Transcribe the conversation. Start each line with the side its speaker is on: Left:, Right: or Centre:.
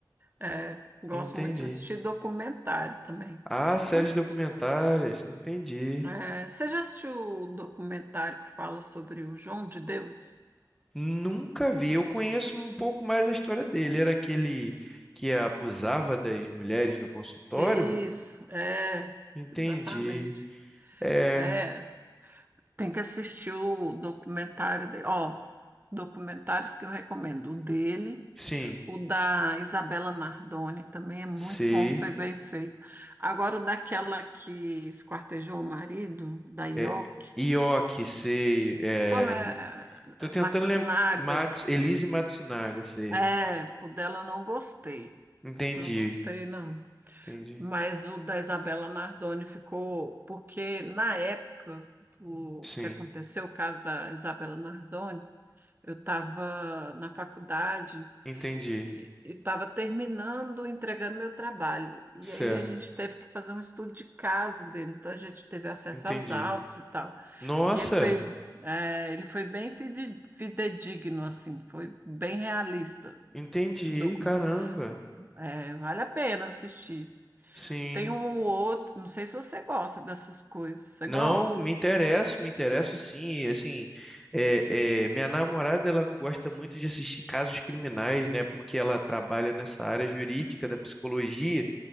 Right: É, gosto
Centre: Entendi.
Right: muito de assistir documentário também.
Centre: Ah, séries
Right: Mas,
Centre: documentárias. Entendi.
Right: é, você já assistiu o documentário que fala sobre o João de Deus?
Centre: Nunca vi. Eu conheço um pouco mais a história dele. Era aquele que abusava das mulheres no consultório?
Right: Isso, é,
Centre: Entendi.
Right: exatamente.
Centre: É,
Right: É, tem que assistir o documentário dele. Ó, documentários que eu recomendo. O dele.
Centre: sim.
Right: O da Isabela Nardoni também é muito
Centre: Sei.
Right: bom, foi bem feito. Agora, o daquela que esquartejou o marido, da Yoki,
Centre: É, Ioki, sei. É,
Right: como é
Centre: tô
Right: é,
Centre: tentando
Right: Matsunaga,
Centre: lembrar. Mats... Elise Matsunaga, sei.
Right: é, o dela eu não gostei.
Centre: Entendi.
Right: Não gostei, não.
Centre: Entendi.
Right: Mas o da Isabela Nardoni ficou, porque na época do
Centre: Sim.
Right: que aconteceu o caso da Isabela Nardoni, eu estava na faculdade,
Centre: Entendi.
Right: e estava terminando, entregando meu trabalho. E
Centre: Certo.
Right: aí a gente teve que fazer um estudo de caso dele, então a gente teve acesso
Centre: Entendi.
Right: aos autos e tal.
Centre: Nossa,
Right: E ele foi, eh, ele foi bem fide- fidedigno, assim, foi bem realista
Centre: entendi,
Right: o documento.
Centre: caramba.
Right: Eh, vale a pena assistir.
Centre: Sim.
Right: Tem um outro, não sei se você gosta dessas coisas, você
Centre: Não,
Right: gosta?
Centre: me interesso, me interesso sim. E, Assim, é, é, minha namorada ela gosta muito de assistir casos criminais, né? Porque ela trabalha nessa área jurídica da psicologia,